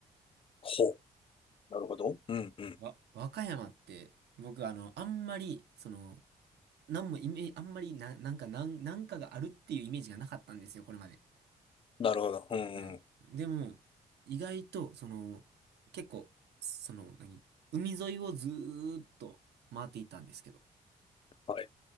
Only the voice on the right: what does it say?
わ、和歌山って、僕あの、あんまり、その、なんもイメージ、あんまりな、なんか、なん、なんかがあるっていうイメージがなかったんですよ、これまで。
うん。でも、意外と、その、結構、その、何、海沿いをずーっと回っていったんですけど、